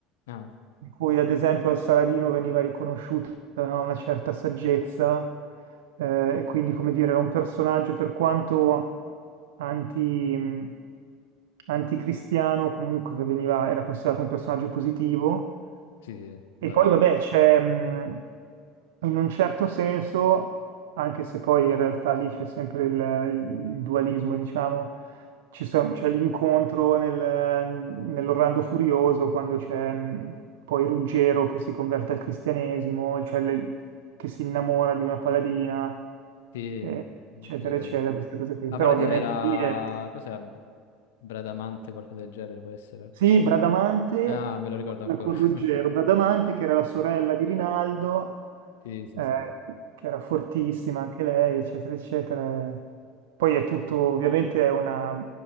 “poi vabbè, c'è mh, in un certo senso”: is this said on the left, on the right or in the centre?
Right